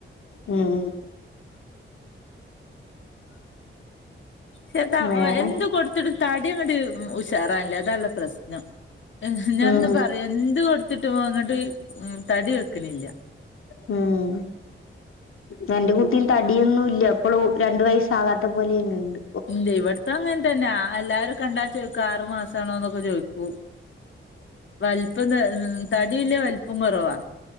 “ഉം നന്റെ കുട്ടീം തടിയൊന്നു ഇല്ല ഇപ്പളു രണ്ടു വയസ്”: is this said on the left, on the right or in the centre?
Left